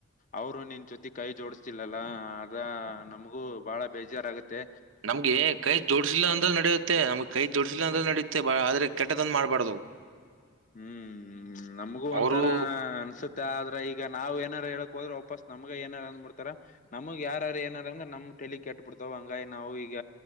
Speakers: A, on the left; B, on the right.
A: ಅವರು ನಿನ್ ಜೊತೆ ಕೈ ಜೋಡಸ್ತಿಲ್ಲಲ್ಲ ಅದ ನಮ್ಗೂ ಬಾಳ ಬೇಜಾರಾಗತ್ತೆ
B: ನಮ್ಗೆ ಕೈ ಜೋಡ್ಸಿಲ್ಲ ಅಂದ್ರ ನಡೆಯುತ್ತೆ ನಮ್ ಕೈ ಜೋಡಸಿಲ್ಲ ಅಂದ್ರೆ ನಡೆಯುತ್ತೆ ಬ ಆದ್ರೆ ಕೆಟ್ಟದಂದು ಮಾಡಬಾರ್ದು
A: ಹ್ಮ್ ನಮಗೂ ಒಂಥರ
B: ಅವರು
A: ಅನ್ಸತ್ ಆದ್ರೆ ಈಗ ನಾವ್ ಏನಾರ ಹೇಳಕ್ ಹೋದ್ರೆವಪಸ್ ನಮಗ ಏನಾರ ಅಂದಬಿಡ್ತಾರ ನಮಗ್ ಯಾರು ಏನಾರಂಗ್ರ ನಮ್ ತಲೆ ಕೆಟ್ಬ ಬಿಡ್ತಾವ ಹಂಗ ನಾವು ಈಗ